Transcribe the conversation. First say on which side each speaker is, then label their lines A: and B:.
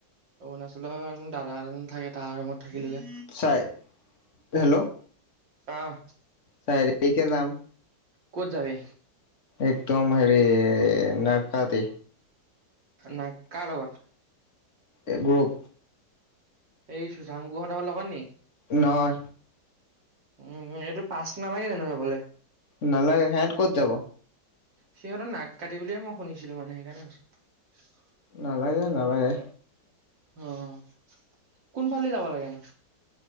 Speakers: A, on the right; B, on the left.
A: অৰুণাচলৰ দাদা এজন থাকে তাৰ ৰুমত থাকিলোগে
B: চাই হেল্ল'
A: আহ
B: চাৰি তাৰিখে যাম।
A: ক'ত যাবি।
B: একদম হেৰি নাৰকাতি।
A: নাই কাৰ লগত।
B: এই গ্ৰুপ।
A: এই চুচাংকুহঁতৰ লগত নিকি।
B: নহয়।
A: উম এইটো পাচ নালাগে ন নহলে যাবলৈ।
B: নালাগে সিহঁত ক'ত যাব?
A: সিহঁতো নাক কাটি বুলিয়ে মই শুনিছিলো মানে সেইকাৰণে কৈছো।
B: নালাগে নালাগে।
A: অ' কোনফালে যাব লাগে নো?